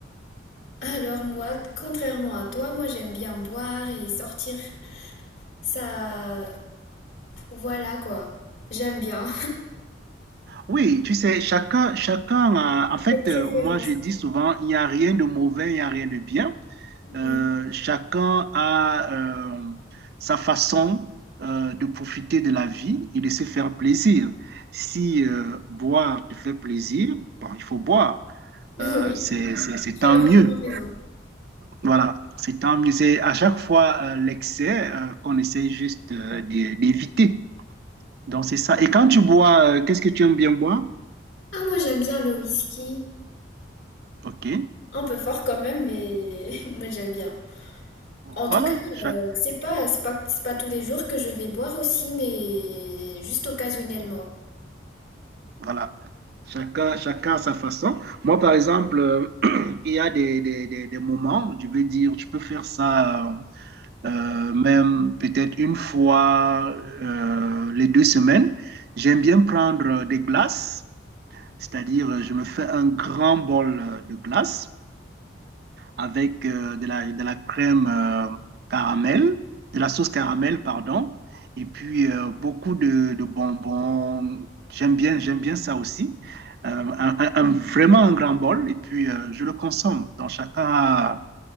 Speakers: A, on the left (about 80°); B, on the right (about 55°).
A: Alors moi, contrairement à toi, moi j'aime bien boire et sortir. Ça, voilà quoi. J'aime bien.
B: Oui, tu sais, chacun, chacun, a- en fait,
A: Des préférences.
B: euh, moi je dis souvent, il n'y a rien de mauvais, il n'y a rien de bien. Euh,
A: Mm.
B: chacun a euh, sa façon euh, de profiter de la vie et de se faire plaisir. Si euh, boire te fait plaisir, bon, il faut boire.
A: <laughs>
B: Euh,
A: Oui,
B: c'est, c'est, c'est
A: tu
B: tant
A: as vraiment
B: mieux.
A: raison.
B: Voilà, c'est tant mieux. C'est à chaque fois euh, l'excès euh, qu'on essaie juste euh, d'é- d'éviter. Donc, c'est ça. Et quand tu bois, euh, qu'est-ce que tu aimes bien boire?
A: Ah, moi j'aime bien le whisky.
B: OK.
A: Un peu fort quand même, mais <laughs> moi j'aime bien. En
B: Voilà,
A: tout cas,
B: chacun.
A: euh, c'est pas, c'est pas, c'est pas tous les jours que je vais boire aussi, mais juste occasionnellement.
B: Voilà. Chacun, chacun à sa façon. Moi, par exemple, euh, <clears throat> il y a des, des, des, des moments, où je veux dire, tu peux faire ça euh, même peut-être une fois euh, les deux semaines. J'aime bien prendre des glaces, c'est-à-dire euh, je me fais un grand bol de glace avec euh, de la, de la crème euh, caramel, de la sauce caramel, pardon, et puis euh, beaucoup de, de bonbons. J'aime bien, j'aime bien ça aussi. Euh, un, un- un- vraiment un grand bol, et puis euh, je le consomme. Donc chacun a